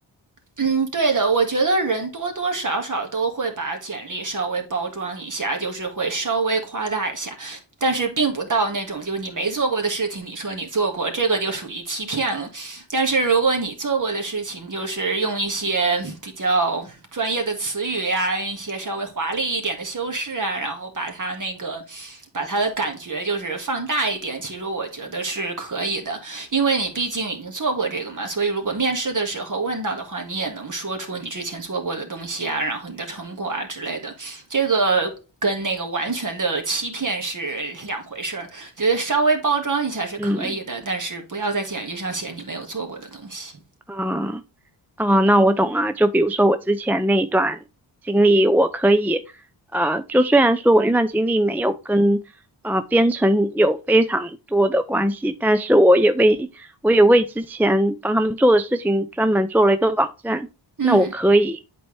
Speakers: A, on the right; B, in the centre.
A: 嗯，对的，我觉得人多多少少都会把简历稍微包装一下，就是会稍微夸大一下，但是并不到那种就是你没做过的事情，你说你做过，这个就属于欺骗了。但是如果你做过的事情，就是用一些比较专业的词语呀、一些稍微华丽一点的修饰啊，然后把它那个。把它的感觉就是放大一点，其实我觉得是可以的。因为你毕竟已经做过这个嘛，所以如果面试的时候问到的话，你也能说出你之前做过的东西啊，然后你的成果啊之类的。这个跟那个完全的欺骗是两回事儿，觉得稍微包装一下是可以的，
B: 嗯。
A: 但是不要在简历上写你没有做过的东西。
B: 啊啊，那我懂了。就比如说我之前那一段经历，我可以，呃，就虽然说我那段经历没有跟呃编程有非常多的关系，但是我也为我也为之前帮他们做的事情专门做了一个网站。
A: 嗯，
B: 那我可以